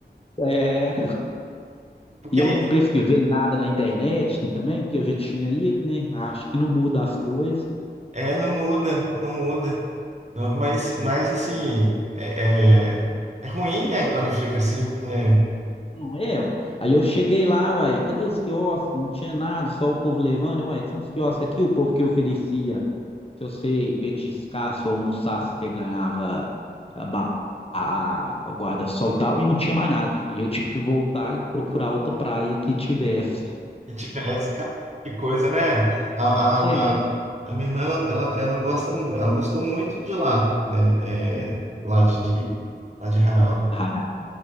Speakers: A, on the left (about 35°); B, on the right (about 40°).
A: É.
B: Porque
A: E eu
B: é, isso.
A: não pesquisei nada na internet também, porque eu já tinha ido, né? Acho que não muda as coisas.
B: É, não muda, não muda. Não, mas, mas assim, é, é, é ruim, né? Quando fica assim, né?
A: Não é? ué. Aí eu cheguei lá, uai, cadê os quiosques? Não tinha nada, só o povo levando. Eu, Uai, tinha uns quiosques aqui, o povo que oferecia, se você petiscasse ou almoçasse, você ganhava a, ba- a- a- o guarda-sol e tal, e não tinha mais nada. Aí eu tive que voltar e procurar outra praia que tivesse.
B: Que tivesse, cara, que coisa, né? A,
A: É.
B: a, a minha irmã, ela, ela, ela gosta, mu- ela gostou muito de lá, né? É, do lado de, lá de Israel.
A: Aí